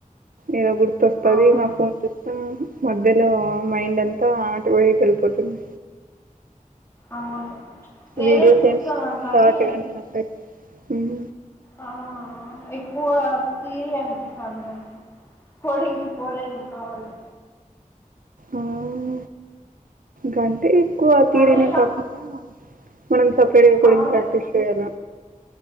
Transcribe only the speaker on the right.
ఏదో గుర్తొస్ పదిగా
ఫోన్ చూస్తా మధ్యలో మైండ్ అంతా అటు వైపు వెళ్ళిపోతుంది
వీడియోస్
ఏమి
షార్ట్ గానే ఉంటాయి ఉమ్
ఉమ్ గంటే ఎక్కువ థియరీ
నే కాకుండా మనం సపరేట్ గా కోడింగ్
ప్రాక్టీస్ చేయాల